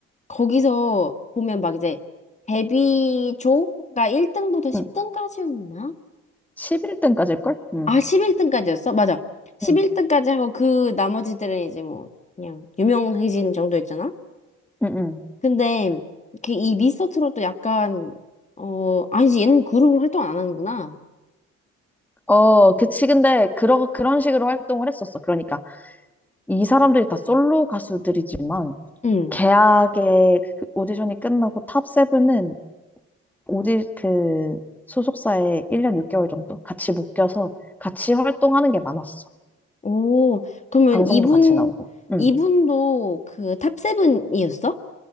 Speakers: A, on the left (about 25°); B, in the centre.
A: 거기서 보면 막 이제 데뷔조가 1등부터 10등까지였나?
B: 응. 11등까지일걸? 응,
A: 아, 11등까지였어? 맞아. 11등까지
B: 응,
A: 하고 그 나머지들은 이제 뭐 그냥 유명해진 정도였잖아?
B: 응, 응.
A: 근데 그 이 미스터트롯도 약간 어, 아니지 얘는 그룹을 활동 안 하는구나.
B: 어, 그치. 근데, 그러, 그런 식으로 활동을 했었어. 그러니까, 이 사람들이 다 솔로 가수들이지만,
A: 응.
B: 계약의 그 오디션이 끝나고 탑세븐은 오디, 그, 소속사에 1년 6개월 정도 같이 묶여서 같이 활동하는 게 많았어.
A: 오, 그러면
B: 방송도
A: 이분
B: 같이 나오고. 응,
A: 이분도 그 탑세븐이었어?